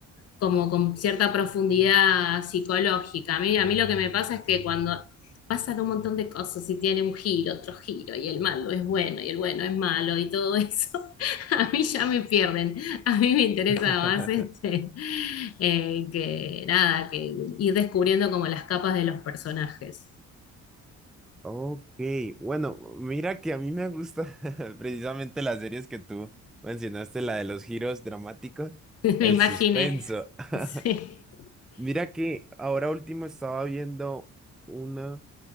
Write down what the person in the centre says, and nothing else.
<laughs>
Ok, bueno, mira que a mí me gusta <laughs> precisamente las series que tú mencionaste, la de los giros dramáticos,
el
suspenso. <laughs>
Mira que ahora último estaba viendo una,